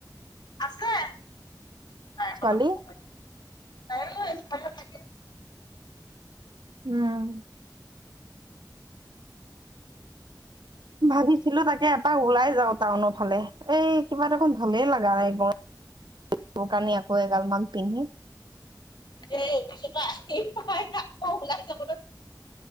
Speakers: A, on the left; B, on the right.
A: আছে বায়েকৰ
B: ছোৱালী
A: লগত তাইও <inaudible>
B: উম। ভাবিছিলো তাকে এপাক ওলাই যাও টাউনৰ ফালে এই কিবা দেখোন ভালেই লগা নাই গৰমত কাপোৰ কানি আকৌ এগাল মান পিন্ধি।
A: এ অফিচতো আহি তাকো ওলাইছে <inaudible>